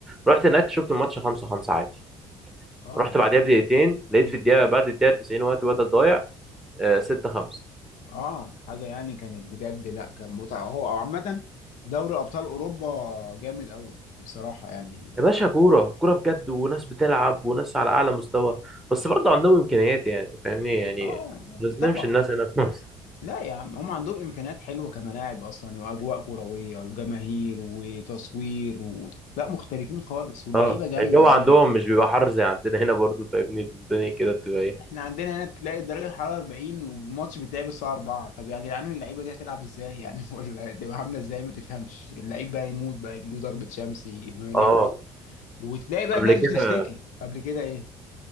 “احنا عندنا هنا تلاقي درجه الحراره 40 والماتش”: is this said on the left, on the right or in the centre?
Left